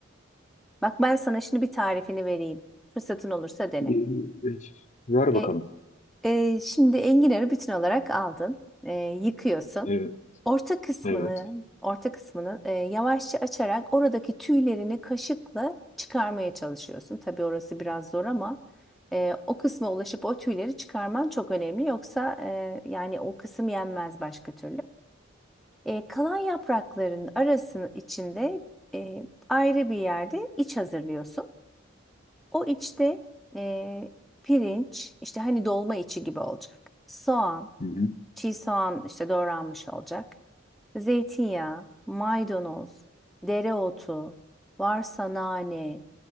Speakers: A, in the centre; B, on the left (about 35°).
A: Bak ben sana şimdi bir tarifini vereyim. Fırsatın olursa dene.
B: E, e, Ver
A: E,
B: bakalım.
A: e, şimdi enginarı bütün olarak aldın. E, yıkıyorsun.
B: E,
A: Orta kısmını,
B: evet.
A: orta kısmını e, yavaşça açarak oradaki tüylerini kaşıkla çıkarmaya çalışıyorsun. Tabii orası biraz zor ama e, o kısma ulaşıp o tüyleri çıkarman çok önemli. Yoksa e, yani o kısım yenmez başka türlü. E, kalan yaprakların arasının içinde e, ayrı bir yerde iç hazırlıyorsun. O içte e, pirinç, işte hani dolma içi gibi olacak. Soğan,
B: Hı hı,
A: çiğ soğan işte doğranmış olacak. Zeytinyağı, maydanoz, dereotu, varsa nane,